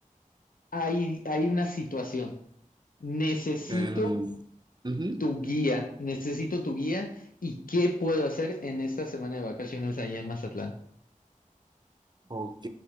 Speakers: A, on the left (about 85°); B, on the right (about 30°).
A: hay, hay una situación. Necesito
B: Em, ujú.
A: tu guía, necesito tu guía y qué puedo hacer en esta semana de vacaciones allá en Mazatlán.
B: Ok,